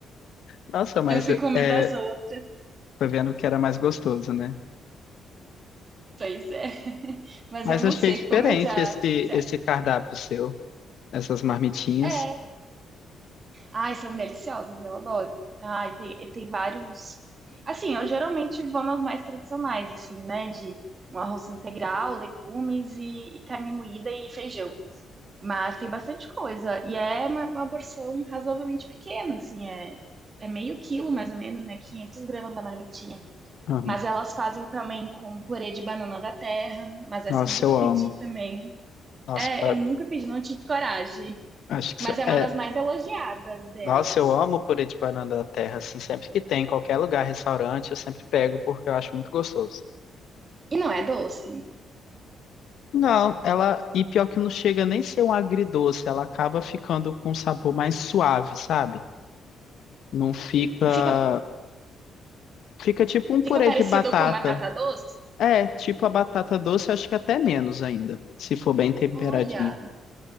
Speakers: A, on the left (about 60°); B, on the right (about 40°).
A: Nossa, mas
B: Eu fui comendo
A: é,
B: as outras.
A: foi vendo que era mais gostoso, né?
B: Pois é. <laughs> Mas
A: Mas
B: eu não
A: achei
B: sei
A: diferente
B: como eu já,
A: esse
B: já...
A: esse cardápio seu, essas marmitinhas.
B: É. Ai, são deliciosas, eu adoro. Ai, tem, tem vários. Assim, eu geralmente vou nas mais tradicionais, assim, né? De um arroz integral, legumes e, e carne moída e feijão. Mas tem bastante coisa. E é uma, uma porção razoavelmente pequena, assim, é, é meio quilo, mais ou menos, né? 500 gramas da marmitinha.
A: Aham.
B: Mas elas fazem também com purê de banana da terra, mas essa
A: Nossa,
B: eu nunca
A: eu
B: pedi
A: amo.
B: também.
A: Nossa,
B: É,
A: pa-
B: eu nunca pedi, não tive coragem.
A: acho que
B: Mas
A: isso
B: é uma
A: é
B: das mais elogiadas delas.
A: Nossa, eu amo purê de banana da terra, assim, sempre que tem, em qualquer lugar, restaurante, eu sempre pego porque eu acho muito gostoso.
B: E não é doce.
A: Não, ela, e pior que não chega nem ser um agridoce, ela acaba ficando com um sabor mais suave, sabe? Não fica,
B: Fica,
A: fica tipo um purê
B: fica parecido
A: de batata.
B: com batata doce?
A: É, tipo a batata doce, acho que até menos ainda, se for bem temperadinho.
B: Olha,